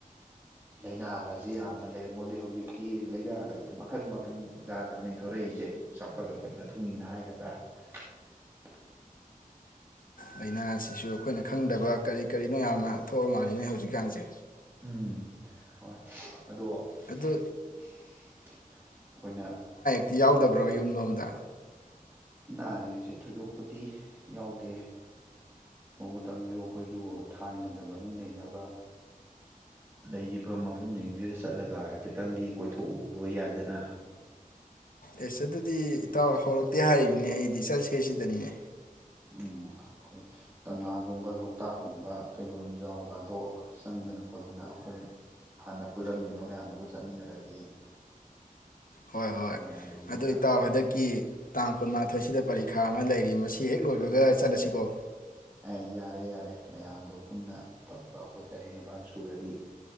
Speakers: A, on the right (about 15°); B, on the left (about 70°).
A: ꯂꯥꯏꯅꯥꯒꯁꯦ ꯌꯥꯝꯅ ꯂꯩꯔꯝꯄꯣꯠꯇꯦ ꯍꯧꯖꯤꯛꯇꯤ ꯂꯥꯏꯅꯥꯒꯁꯦ ꯃꯈꯟ ꯃꯈꯟ ꯖꯥꯠ ꯖꯥꯠꯅꯤ ꯊꯧꯔꯛꯏꯁꯦ ꯆꯥꯎꯈꯠꯂꯛꯄꯒꯤ ꯃꯇꯨꯡ ꯏꯟꯅ ꯍꯥꯏꯒꯗ꯭ꯔꯥ <unintelligible>
B: ꯂꯥꯏꯅꯥ ꯑꯁꯤꯁꯨ ꯑꯩꯈꯣꯏꯅ ꯈꯪꯗꯕ ꯀꯔꯤ ꯀꯔꯤꯅꯣ ꯌꯥꯝꯅ ꯊꯣꯛꯑ ꯃꯥꯜꯂꯤꯅꯦ ꯍꯧꯖꯤꯛꯀꯥꯟꯁꯦ
A: ꯎꯝ ꯍꯣꯏ ꯑꯗꯣ ꯑꯩꯈꯣꯏꯅ
B: ꯑꯗꯨ ꯇꯤ ꯌꯥꯎꯗꯕ꯭ꯔꯣ ꯌꯨꯝꯂꯣꯝꯗ
A: ꯑꯅꯥ ꯑꯌꯦꯛꯁꯦ ꯊꯣꯏꯗꯣꯛꯄꯗꯤ ꯌꯥꯎꯗꯦ ꯅꯣꯡꯃꯇꯪꯁꯨ ꯑꯩꯈꯣꯏꯁꯨ ꯊꯥꯏꯅꯒ ꯃꯔꯤ ꯂꯩꯅꯕ ꯂꯩꯔꯤꯕ ꯃꯐꯝꯁꯤꯡꯁꯤꯗ ꯆꯠꯂꯒ ꯍꯥꯏꯐꯦꯠꯇꯪꯗꯤ ꯀꯣꯏꯊꯣꯛꯎꯕ ꯌꯥꯏꯗꯅ
B: ꯑꯦꯁ ꯑꯗꯨꯗꯤ ꯏꯇꯥꯎ ꯍꯧꯔꯛꯇꯦ ꯍꯥꯏꯔꯤꯅꯤꯅꯦ ꯑꯩꯗꯤ ꯆꯠꯁꯦ ꯁꯤꯗꯅꯤꯅꯦ
A: ꯎꯝ ꯑꯩꯈꯣꯏ ꯀꯪꯂꯥꯒꯨꯝꯕ ꯂꯣꯛꯇꯥꯛꯀꯨꯝꯕ ꯀꯩꯕꯨꯜ ꯂꯝꯖꯥꯎꯒꯗꯣ ꯆꯪꯗꯅ ꯈꯣꯠꯇꯅ ꯑꯩꯈꯣꯏ ꯍꯥꯟꯅ ꯄꯨꯜꯂꯝꯃꯤꯕ ꯃꯌꯥꯝꯗꯨꯒ ꯆꯠꯃꯤꯟꯅꯔꯗꯤ
B: ꯍꯣꯏ ꯍꯣꯏ
A: ꯅꯨꯡꯉꯥꯏꯕꯅꯤꯗ
B: ꯑꯗꯨ ꯏꯇꯥꯎ ꯍꯟꯗꯛꯀꯤ ꯇꯥꯡ ꯀꯨꯟꯃꯥꯊꯣꯏꯁꯤꯗ ꯄꯔꯤꯈꯥ ꯑꯃ ꯂꯩ ꯃꯁꯤ ꯍꯦꯛ ꯂꯣꯏꯕꯒ ꯆꯠꯂꯁꯤꯀꯣ
A: ꯑꯦ ꯌꯥꯔꯦ ꯌꯥꯔꯦ ꯃꯌꯥꯝꯗꯣ ꯄꯨꯟꯅ ꯇꯧꯔꯒ ꯑꯩꯈꯣꯏ ꯇꯔꯦꯠ ꯅꯤꯄꯥꯜ ꯁꯨꯔꯗꯤ